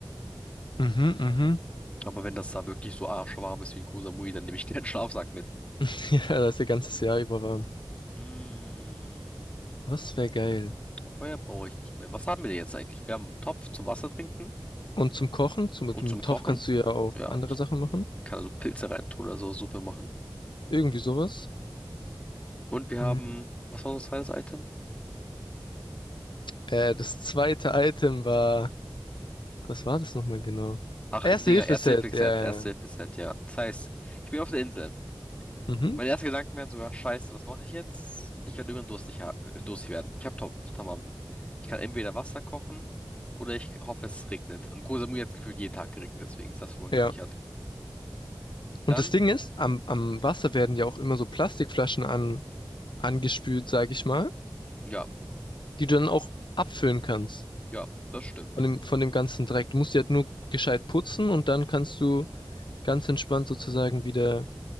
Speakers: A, on the left; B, on the left.
A: Mhm, mhm.
B: Aber wenn das da wirklich so arschwarm ist wie in Koh Samui, dann nehme ich keinen Schlafsack mit.
A: <laughs> Ja, das ist ja ganzes Jahr über warm.
B: Hm,
A: Was wäre geil.
B: Feuer brauche ich nicht mehr. Was haben wir denn jetzt eigentlich? Wir haben einen Topf zum Wasser trinken
A: Und zum Kochen, zum, mit
B: und
A: dem
B: zum
A: Topf
B: Kochen.
A: kannst du ja auch
B: Ja,
A: andere
B: ich
A: Sachen machen.
B: kann also Pilze reintun oder so, Suppe machen.
A: Irgendwie sowas.
B: Und wir
A: Hm.
B: haben, was war unser zweites Item?
A: Äh, das zweite Item war, was war das nochmal genau?
B: Ach,
A: Erste-Hilfe-Set,
B: Dinger, Erste-Hilfe-Set,
A: ja.
B: Erste-Hilfe-Set,
A: ja, ja.
B: ja. Das heißt, ich bin auf der Insel.
A: Mhm,
B: Meine ersten Gedanken wären sogar, scheiße, was mache ich jetzt? Ich werde irgendwann durstig, ha äh, durstig werden. Ich habe Top, Tamam. Ich kann entweder Wasser kochen oder ich hoffe, es regnet. Und Koh Samui hat gefühlt jeden Tag geregnet, deswegen ist das schon mal gesichert.
A: ja. Und
B: Dann,
A: das Ding ist, am, am Wasser werden ja auch immer so Plastikflaschen an, angespült, sag ich mal,
B: ja,
A: die du dann auch abfüllen kannst.
B: ja, das stimmt.
A: Von dem, von dem ganzen Dreck. Du musst die halt nur gescheit putzen und dann kannst du ganz entspannt sozusagen wieder